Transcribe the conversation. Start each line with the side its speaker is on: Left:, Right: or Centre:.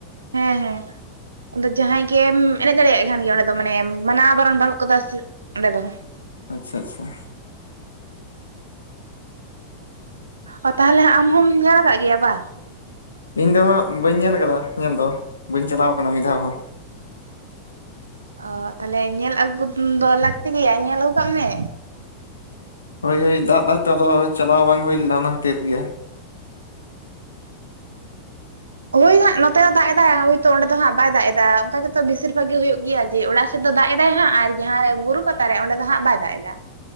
Right: ᱦᱮᱸ ᱦᱮᱸ ᱡᱟᱦᱟᱸᱭ ᱜᱮᱢ ᱮᱱᱮᱡ ᱫᱟᱲᱮᱭᱟᱜ ᱠᱟᱱ ᱜᱮᱭᱟ ᱞᱮ ᱢᱟᱱᱮ ᱢᱟᱱᱟᱣ ᱵᱟᱨᱚᱱ ᱵᱟᱹᱱᱩᱜ ᱠᱟᱫᱟ ᱥᱮ ᱚᱸᱰᱮ ᱫᱚ
Left: ᱟᱪᱪᱷᱟ ᱟᱪᱪᱷᱟ
Right: ᱚ ᱛᱟᱦᱚᱞᱮ ᱟᱢ ᱦᱚᱢ ᱧᱮᱞ ᱟᱠᱟᱫ ᱜᱮᱭᱟ ᱵᱟᱝ
Left: ᱤᱧ ᱫᱚ ᱦᱟᱸᱜ ᱵᱟᱹᱧ ᱧᱮᱞ ᱟᱠᱟᱫᱟ ᱧᱮᱞ ᱫᱚ ᱵᱟᱹᱧ ᱪᱟᱞᱟᱣ ᱟᱠᱟᱱᱟ ᱢᱤᱫ ᱫᱷᱟᱣ ᱦᱚᱸ
Right: ᱚ ᱛᱟᱦᱞᱮ ᱧᱮᱞ ᱟᱹᱜᱩ ᱫᱚ ᱞᱟᱹᱠᱛᱤ ᱜᱮᱭᱟ ᱧᱮᱞ ᱟᱹᱜᱩ ᱠᱟᱜ ᱢᱮ
Left: ᱦᱳᱭ ᱦᱳᱭ ᱫᱟᱜ ᱫᱟᱭᱛᱚ ᱟᱫᱚ ᱪᱟᱞᱟᱣ ᱵᱟᱝ ᱦᱩᱭ ᱞᱮᱱᱟ ᱚᱱᱟ ᱠᱷᱟᱹᱛᱤᱨ ᱜᱮ
Right: ᱚ ᱦᱳᱭ ᱦᱟᱜ ᱱᱚᱛᱮ ᱦᱚᱸ ᱫᱟᱜ ᱮᱫᱟᱭ ᱛᱚ ᱚᱱᱰᱮ ᱫᱚ ᱦᱟᱸ ᱵᱟᱭ ᱫᱟᱜ ᱮᱫᱟ ᱚᱱᱠᱟ ᱜᱮᱛᱚ ᱵᱮᱥᱤᱨ ᱵᱷᱟᱜᱽ ᱜᱮ ᱦᱩᱭᱩᱜ ᱜᱮᱭᱟ ᱡᱮ ᱚᱲᱟᱜ ᱥᱮᱫ ᱫᱚ ᱫᱟᱜ ᱮᱟᱭ ᱦᱟᱸᱜ ᱟᱨ ᱡᱟᱦᱟᱸ ᱨᱮ ᱵᱩᱨᱩ ᱯᱟᱛᱟ ᱨᱮ ᱚᱸᱰᱮ ᱫᱚ ᱦᱟᱜ ᱵᱟᱭ ᱫᱟᱜ ᱮᱫᱟ